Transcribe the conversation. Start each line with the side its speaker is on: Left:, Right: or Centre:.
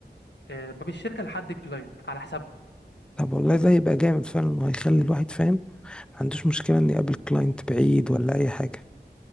Left: آه، باب الشركه لحد الكلاينت على حسابهم
Centre: طب والله ده هيبقى جامد فعلا وهيخلي الواحد فاهم ما عندوش مشكله ان يقابل كلاينت بعيد ولا اي حاجه